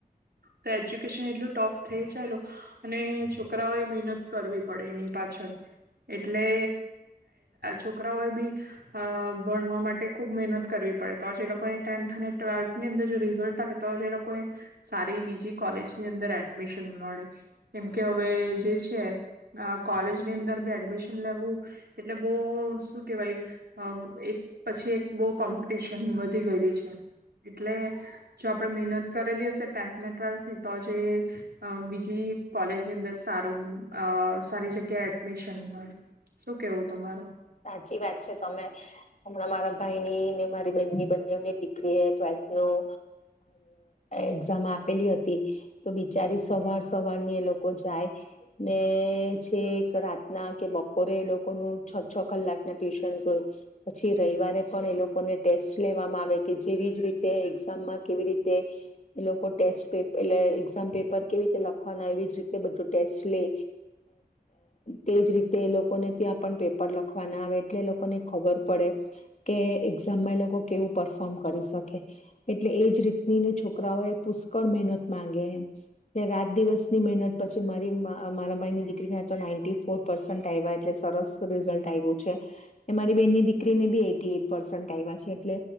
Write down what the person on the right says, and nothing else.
તો એજ્યુકેશન એટલું ટફ થઈ જાયલો, અને છોકરાઓએ મહેનત કરવી પડે એની પાછળ, એટલે છોકરાઓએ બી, ભણવા માટે ખુબ મહેનત કરવી પડે તોજ એ લોકોને ટેન્થ અને ટ્વેલ્થની અંદર જો રીઝલ્ટ‌ આવે તો એ લોકો, સારી બીજી કોલેજની અંદર એડમિશન મળે, કેમકે હવે જે છે કોલેજની અંદર એડમિશન લેવું, એટલે બહ શું કેવાય, એક પછી એક બહ કોમ્પિટિશન વધી ગયેલી છે. એટલે મહેનત કરેલી હશે ટેન્થ ને ટ્વેલ્થ ની તો જે, બીજી કોલેજની અંદર સારું સારી જગ્યાએ એડમિશન મળે, શું કેવું તમારૂ?